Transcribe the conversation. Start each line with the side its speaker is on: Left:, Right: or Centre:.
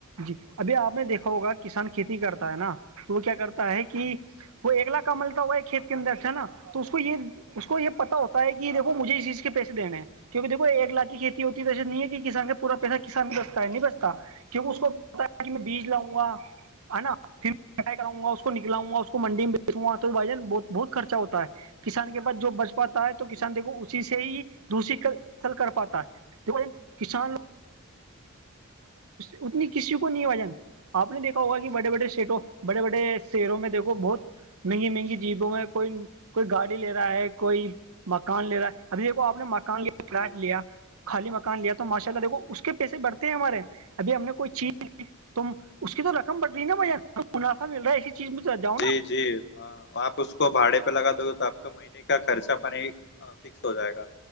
Right: جی ابھی آپ نے دیکھا ہوگا کسان کھیتی کرتا ہے نا تو وہ کیا کرتا ہے کہ
Left: جی
Right: وہ اگلا کمل تو وہ کھیت کے اندر سے نا تو اس کو یہ اس کو یہ پتا ہوتا ہے کہ دھو مجھے اس چیز کے پیسے دینے ہیں کیونکہ دیکو ایک لاکھ کی کھیتی ہوتی توے نہیں ہے کہ کسان کا پورا پیسہ کسان بھی بستا ہے نہیں بستا کیونکہ اس کو پتا ہے کہ میں بیج لاؤں گا ہے نا پھر میں کٹائی کراؤ گا اس کو نکلاؤں گا اس کو منڈی میں بیچوںا تو بھائی جان بہت بہت خرچہ ہوتا ہے کسان کے پاس جو بچ پاتا ہے تو
Left: جی
Right: کسان دیکھو اسی سے ہی دوری قتل کر پاتا ہے کسانش اتنی کسی کو نہیں ہے وجن آپ نے دیکھا ہوگا کہ بڑے بڑے شیٹوں بڑے بڑے شہروں میں دیکھو بہت مہنگی مہنگی جیبوں میں کوئی کوئی گاڑی لے رہا ہے کوئی مکان لے رہا ہے ابھی دیکو آپ نے مکان لیا فلیٹ
Left: جی
Right: لیا خالی مکان لیا تو ماشاء اللہ دیکو
Left: جی
Right: اس کے پیسے بڑھتے ہیں ہمارے ابھی ہم نے کوئی چیز کی ت اس کی تو رقم بڑھ رہی نا بھ منافع مل رہا ہے ایسی چیزج جا
Left: جی جی ہاں آپ اس کو بھاڑے پہ لگا دو گے تو آپ کو مہینے کا خرچہ پانی ہاں فکس ہو جائے گا